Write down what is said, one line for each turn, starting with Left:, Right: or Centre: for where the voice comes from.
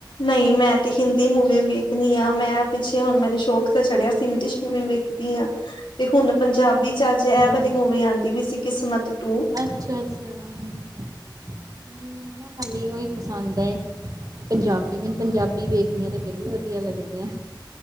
Left: ਨਈ ਮੈਂ ਤੇ ਹਿੰਦੀ ਮੂਵੀ ਵੇਖਨੀ ਆਂ ਮੈਂ ਪਿੱਛੇ ਹੁਣ ਮੈਨੂੰ ਸ਼ੌਕ ਤੇ ਚੜ੍ਹਿਆ ਸੀ ਇਗਲਿਸ਼ ਮੂਵੀ ਵੇਖ ਈ ਆ ਤੇ ਹੁਣ ਪੰਜਾਬੀ ਚ
Right: ਅੱਛਾ
Left: ਅੱਜ ਐ ਵਾਲੀ ਮੂਵੀ ਆਂਦੀ ਵੀ ਸੀ ਕਿਸਮਤ ਟੂ।
Right: ਅੱਛਾ ਅੱਛਾ ਨਈ ਮੈਨੂੰ ਨਾ ਹਲੇ ਓਈ ਪਸੰਦ ਐ ਪੰਜਾਬੀ ਮੈਨੂੰ ਪੰਜਾਬੀ ਵੇਖਦੀਆਂ ਤੇ ਫੇਰ ਵੀ ਵਦੀਆ ਲੱਗਦੀਆਂ।